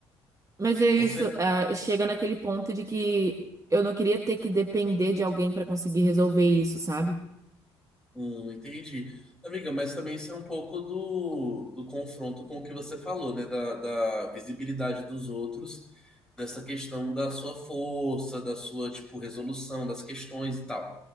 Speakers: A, on the right; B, in the centre.
A: Mas é isso,
B: Com certeza.
A: ah, chega naquele ponto de que eu não queria ter que depender de alguém pra conseguir resolver isso, sabe?
B: Hum, entendi. Amiga, mas também isso é um pouco do, do confronto com o que você falou, né? Da, da visibilidade dos outros, dessa questão da sua força, da sua, tipo, resolução das questões e tal.